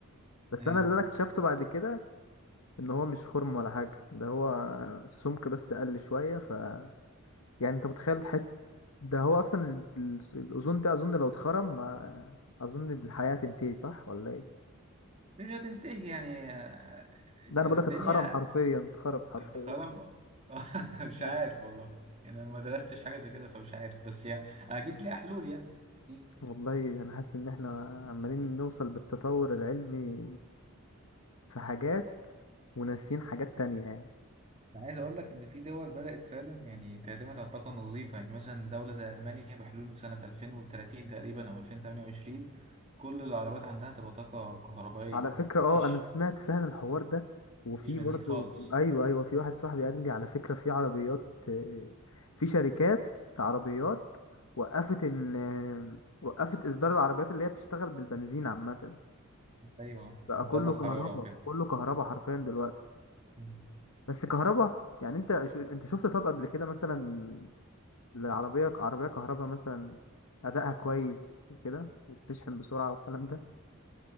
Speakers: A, on the left (about 75°); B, on the right (about 30°).
A: بس
B: ايوه
A: انا اللي انا اكتشفته بعد كده ان هو مش خرم ولا حاجه ده هو السمك بس قل شويه ف يعني انت متخيل حت ده هو اصلا ال- ال- الاوزون ده اظن لو اتخرم ما اظن الحياه تنتهي صح ولا ايه
B: مش هتنتهي يعني آه،
A: ده انا بقول
B: الدنيا
A: لك اتخرم حرفيا اتخرم حرفيا
B: اتخرم <laughs> مش
A: أيوة.
B: عارف والله يعني أنا ما درستش حاجة زي كده فمش عارف بس يعني أكيد ليها حلول يعني أكيد
A: والله انا حاسس ان احنا عمالين نوصل بالتطور العلمي في حاجات وناسين حاجات تانية يعني
B: أنا عايز أقول لك إن في دول بدأت فعلا يعني تعتمد على الطاقة النظيفة يعني مثلا دولة زي ألمانيا بحلول سنة 2030 تقريبا أو 2028 كل العربيات عندها تبقى طاقة كهربائية
A: على فكرة اه
B: مفيش
A: انا سمعت فعلا الحوار ده وفي
B: مفيش بنزين
A: برضو
B: خالص
A: ايوه ايوه في واحد صاحبي قال لي على فكرة في عربيات آه، في شركات عربيات وقفت ان آه، وقفت اصدار العربيات اللي هي بتشتغل بالبنزين عامة
B: أيوه مش
A: بقى
B: مطلع
A: كله كهرباء
B: حرارة وكده
A: كله كهرباء حرفيا دلوقتي
B: مم.
A: بس كهرباء يعني انت شو انت شفت طب قبل كده مثلا العربية عربية كهرباء مثلا ادائها كويس وكده وبتشحن بسرعة والكلام ده